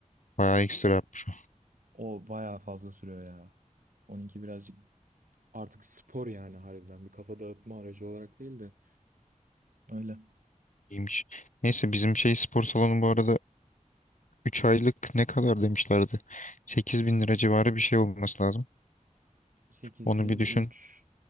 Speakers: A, on the left; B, on the right.
A: Bayağı ekstra yapmış.
B: O baya fazla sürüyor ya. Onunki birazcık artık spor yani harbiden bir kafa dağıtma aracı olarak değil de. öyle.
A: İyiymiş. Neyse bizim şey spor salonu bu arada Üç aylık ne kadar demişlerdi? Sekiz bin lira civarı bir şey olması lazım.
B: 8003
A: Onu bir düşün.